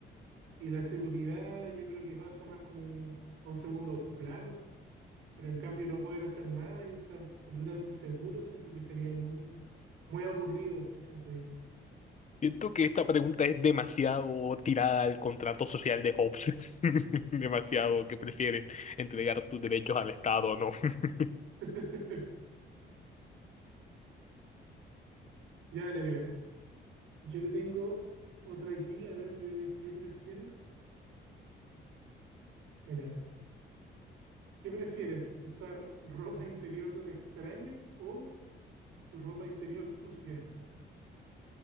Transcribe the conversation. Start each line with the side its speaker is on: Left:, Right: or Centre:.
Right: Y la seguridad yo creo que pasa más como un- a un segundo plano, pero en cambio no poder hacer nada y estar completamente seguro, siento que sería muy, muy aburrido, siento yo.
Left: Siento que esta pregunta es demasiado tirada al contrato social de Hobbes. <laughs> Demasiado que prefieres entregar tus derechos al Estado o no. <laughs>
Right: <laughs> Ya, dale, mira. Yo te tengo otra aquí, a ver, de qué prefieres. Mira, ¿qué prefieres? ¿Usar ropa interior de un extraño o Tu ropa interior sucia.